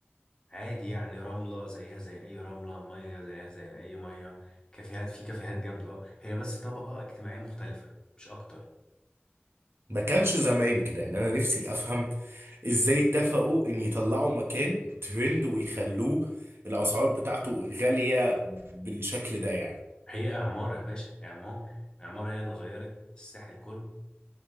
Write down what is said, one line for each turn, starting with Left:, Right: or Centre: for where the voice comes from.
Left: عادي يعني رملة زيها زي أي رملة مية زيها زي أي مية كافيهات في كافيهات جامدة اه هي بس طبقة اجتماعية مختلفة مش أكتر
Right: ما كانش زمان كده يعني انا نفسي افهم ازاي اتفقوا ان يطلعوا مكان ترند ويخلوه الاسعار بتاعته غالية بالشكل ده يعني
Left: هي اعمار يا باشا اعمار اعمار هي اللي غيرت الساحل كله